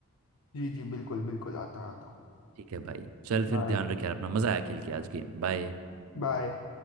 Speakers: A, on the left (about 60°); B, on the right (about 70°).
A: जी जी बिल्कुल बिल्कुल आता आता हूँ
B: ठीक है भाई चल
A: बाय
B: फिर ध्यान रख यार अपना मज़ा आया खेल के आज गेम बाय
A: बाय